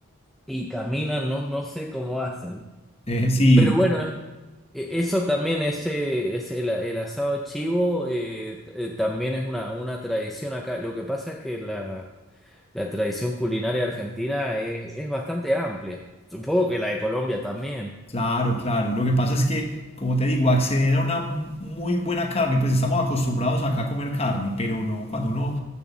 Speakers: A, in the centre; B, on the left (about 25°).
A: y caminan, no, no sé cómo hacen.
B: <laughs> eh, sí,
A: Pero bueno, eh, e- eso también, ese, ese- el, el asado chivo eh, t- eh, también es una, una tradición acá. Lo que pasa es que la... La tradición culinaria argentina es, es bastante amplia. Supongo que la de Colombia también.
B: Claro, claro. Lo que pasa es que, como te digo, acceder a una muy buena carne, pues estamos acostumbrados acá a comer carne, pero no, cuando uno